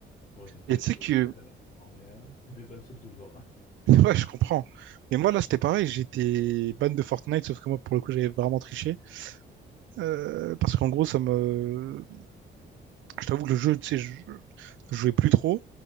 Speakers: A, on the left; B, on the right.
A: Bon, ça fait,
B: Et
A: ça
B: tu
A: fait
B: sais que...
A: quelques années maintenant, mais, euh, mais ça me saoule toujours. <laughs>
B: <laughs> Ouais, je comprends. Mais moi, là, c'était pareil. J'étais ban de Fortnite, sauf que moi, pour le coup, j'avais vraiment triché. Euh, parce qu'en gros, ça me... Je t'avoue que le jeu, tu sais, je je jouais plus trop.